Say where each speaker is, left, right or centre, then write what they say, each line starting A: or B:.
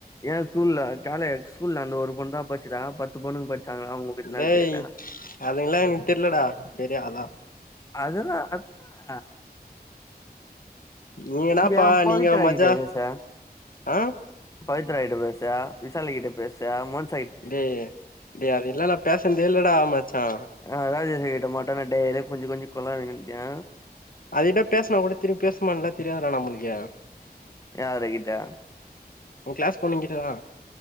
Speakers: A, on the left; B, on the left.
A: ஏ ஸ்கூல்ல காலே ஸ்கூல்ல அந்த ஒரு பொண்ணுதா பட்ச்சிதா பத்து பொண்ணுங்க பட்ச்சாங்க அவ்ங்க கிட்லா
B: டேய்
A: கேலா
B: அதுங்கல்லா எனக்கு தெர்லடா தெரியு அதா
A: அதுதா அதா
B: நீங்கனாப்பா
A: ஏ பவித்ரா
B: நீங்க மஜா
A: கிட்ட பேசே
B: ஆ
A: பவித்ரா கிட்ட பேச விசாலிகிட்ட பேச மோன்
B: டேய் டேய் அதுங்கிட்லா பேசன்தே இல்லடா மச்சா
A: ஆ ராஜேசு கிட்ட மட்டுன்ன டெய்லியு கொஞ்சி கொஞ்சி கொலாவினுந்தியா
B: அதிட்ட பேசுனா கூட திருப்பி பேசுமான்லா தெரியாதுறா நம்ளுக்கே
A: யாரு கிட்டா
B: உ கிளாஸ் பொண்ணுங்கிட்டதா